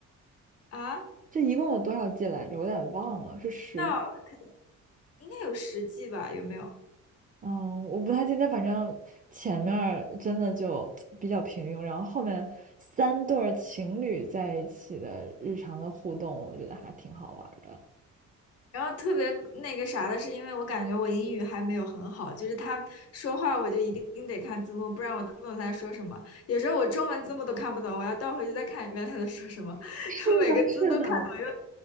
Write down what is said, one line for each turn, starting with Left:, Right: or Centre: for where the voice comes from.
Left: 啊？
Right: 这一共有多少季来着？我有点忘了，是十。
Left: 到了，应该有十季吧？有没有？
Right: 嗯，我不太记得，反正前面儿真的就比较平庸，然后后面三对儿情侣在一起的日常的互动，我觉得还挺好玩儿的。
Left: 然后特别那个啥的是，因为我感觉我英语还没有很好，就是他说话我就一定得看字幕，不然我听不懂他在说什么。有时候我中文字幕都看不懂，我要倒回去再看一遍他在说什么，<laughs>
Right: 是的，
Left: 每个字都看懂，
Right: 是的，
Left: 又